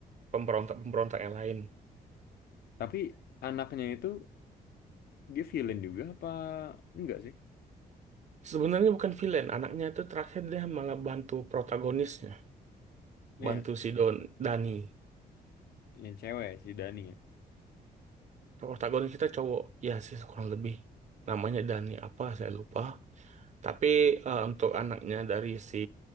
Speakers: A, on the right; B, on the left.
A: pemberontak-pemberontak yang lain.
B: Tapi anaknya itu dia villain juga apa enggak sih?
A: Sebenarnya bukan villain, anaknya itu terakhir dia malah bantu protagonisnya,
B: Iya,
A: bantu si Don Dani.
B: yang cewek si Dani ya.
A: Protagonis kita cowok, ya sih kurang lebih. Namanya Dani apa saya lupa. Tapi eh, untuk anaknya dari si